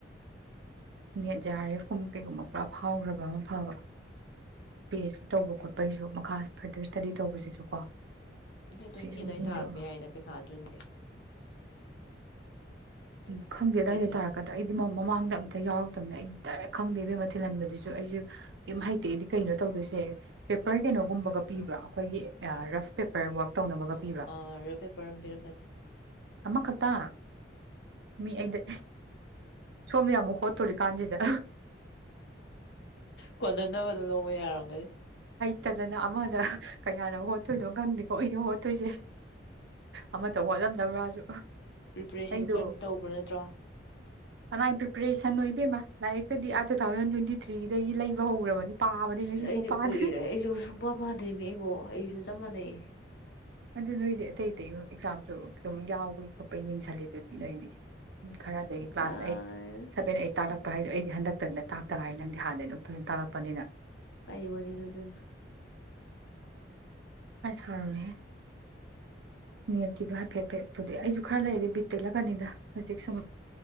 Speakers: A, on the right; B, on the left.
A: ꯅꯦꯠ ꯖꯦ ꯑꯥꯔ ꯑꯦꯐ ꯀꯨꯝꯕ ꯀꯩꯒꯨꯝꯕ ꯄꯨꯔꯥ ꯐꯥꯎꯈꯒꯔꯕ ꯑꯃ ꯐꯕ
B: ꯎꯝ
A: ꯄꯤ ꯇꯧꯕ ꯈꯣꯠꯄꯒꯤꯁꯨ ꯃꯈꯥ ꯐꯔꯗꯔ ꯁꯇꯗꯤ ꯇꯧꯕꯁꯤꯁꯨ ꯀꯣ
B: ꯎꯝꯗꯣ ꯇ꯭ꯋꯦꯟꯇꯤ
A: ꯁꯤꯁꯨ
B: ꯑꯗꯨꯋꯥ
A: ꯃꯤꯗꯣ
B: ꯇꯥꯔꯛꯄ ꯌꯥꯏꯗ ꯄꯩꯈꯥ ꯖꯨꯟꯒꯤ ꯑꯦꯛꯁꯄꯦꯛꯇꯦꯠ
A: ꯎꯝ ꯈꯪꯗꯦꯗꯥꯏꯗ
B: ꯇꯦꯟꯇꯦꯇꯤꯞ
A: ꯇꯥꯔꯛꯀꯗ꯭ꯔꯥ ꯑꯩꯗꯤ ꯃꯃꯥꯡꯗ ꯑꯝꯇ ꯌꯥꯎꯔꯛꯇꯕꯅꯤꯅ ꯑꯩꯗꯤ ꯗꯥꯏꯔꯦꯛ ꯈꯪꯗꯦ ꯏꯕꯦꯝꯃꯥ ꯊꯤꯜꯍꯟꯕꯗꯨꯁꯨ ꯑꯩꯁꯦ ꯀꯩꯝ ꯍꯩꯇꯦ ꯑꯩꯗꯤ ꯀꯩꯅꯣ ꯇꯧꯗꯣꯏꯁꯦ ꯄꯦꯄꯔ ꯀꯩꯅꯣꯒꯨꯝꯕꯒ ꯄꯤꯕ꯭ꯔꯣ ꯑꯩꯈꯣꯏꯒꯤ ꯔꯐ ꯄꯦꯄꯔ ꯋꯥꯛ ꯇꯧꯅꯕꯒ
B: ꯑ
A: ꯄꯤꯕ꯭ꯔꯥ
B: ꯑꯥ ꯔꯕ ꯄꯦꯄꯔ ꯑꯃ ꯄꯤꯔꯛꯀꯥꯅꯤ
A: ꯑꯃꯈꯛꯇ ꯃꯤ ꯑꯩꯗ ꯁꯣꯝꯗ ꯌꯥꯝ ꯍꯣꯠꯇꯣꯔꯤ ꯀꯥꯟꯁꯤꯗ
B: ꯀꯣꯟꯅꯅꯕꯗꯨꯣ ꯂꯧꯕ ꯌꯥꯔꯝꯒꯅꯤ
A: ꯅꯠꯇꯗꯅ ꯑꯃꯗ ꯀꯌꯥꯅ ꯍꯣꯠꯇꯣꯏꯅꯣ ꯈꯪꯗꯦꯀꯣ ꯑꯩꯅꯣ ꯍꯣꯠꯇꯣꯏꯁꯦ ꯑꯃꯇ ꯍꯣꯠꯂꯝꯗꯕ꯭ꯔꯥꯁꯨ
B: ꯄ꯭ꯔꯤꯄꯦꯔꯦꯁꯟ
A: ꯑꯩꯗꯣ
B: ꯈꯔꯗꯤ ꯇꯧꯕ꯭ꯔꯥ ꯅꯠꯇ꯭ꯔꯣ
A: ꯍꯅꯥ ꯄꯤꯄꯔꯦꯁꯟ ꯏꯕꯦꯝꯕ ꯂꯥꯏꯔꯤꯛ ꯀꯗꯤ ꯇꯨꯊꯥꯎꯖꯟ ꯇ꯭ꯋꯦꯟꯤꯊ꯭ꯔꯤ ꯑꯗꯒꯤ ꯂꯩꯕ ꯍꯧꯈ꯭ꯔꯕꯅꯤ ꯄꯥꯕꯗꯤ
B: ꯑꯁ
A: ꯉꯁꯤꯐꯥꯎ
B: ꯑꯩꯗꯤ
A: ꯄꯥꯗ꯭ꯔꯤ
B: ꯀꯨꯏꯔꯦ ꯑꯩꯁꯨ ꯁꯨꯡꯄꯥ ꯄꯥꯗꯦ ꯑꯩꯕꯣ ꯑꯩꯁꯨ ꯆꯞ ꯃꯥꯟꯅꯩ
A: ꯑꯗꯨ ꯅꯣꯏꯗꯤ ꯑꯇꯩ ꯑꯇꯩ ꯑꯦꯛꯖꯥꯝꯁꯨ ꯑꯗꯨꯝ ꯌꯥꯎꯕꯒꯤ ꯈꯣꯠꯄ ꯌꯦꯡꯁꯜꯂꯦ ꯑꯗꯨꯗꯤ ꯅꯣꯏꯗꯤ ꯎꯝ
B: ꯑꯁ
A: ꯈꯔꯗꯒꯤ
B: ꯀꯗꯥꯏ
A: ꯀ꯭ꯂꯥꯁ ꯑꯩꯠ ꯁꯚꯦꯟ ꯑꯩꯠ ꯇꯥꯂꯛꯄ ꯚꯥꯏ ꯍꯥꯏꯗꯣ ꯑꯩꯗꯤ ꯍꯟꯗꯛꯇꯅ ꯇꯥꯛꯇꯅ ꯍꯥꯏ ꯅꯪꯗꯤ ꯍꯥꯟꯗꯤ ꯑꯗꯨꯝ ꯐꯖꯅ ꯇꯥꯛꯂꯛꯄꯅꯤꯅ
B: ꯀꯥꯏꯗꯤ ꯋꯥꯔꯤꯅꯣ ꯏꯕꯦꯃ
A: ꯀꯥꯏ ꯁꯔꯨꯅꯨꯍꯦ ꯅꯠꯀꯤꯗꯣ ꯍꯥꯏꯐꯦꯠ ꯐꯦꯠꯄꯨꯗꯤ ꯑꯩꯁꯨ ꯈꯔ ꯂꯩꯔꯗꯤ ꯕꯤꯠ ꯇꯦꯛꯂꯛꯀꯅꯤꯗ ꯍꯧꯖꯤꯛ ꯁꯨꯝ